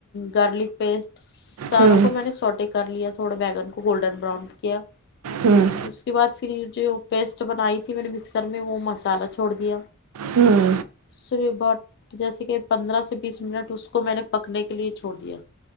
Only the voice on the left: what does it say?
گارلک پیسٹ سساروں
کو میں نے سوٹے کر لیا تھوڑا بیگن کو گولڈن براؤن کیا
اس کے بعد پھر یہ جو پیسٹ بنائی تھی میں نے مکسر میں وہ مسالہ چھوڑ دیا
<unintelligible> بٹ تو جیسے کہ پندرہ سے بیس منٹ اس کو میں نے پکنے کے لیے چھوڑ دیا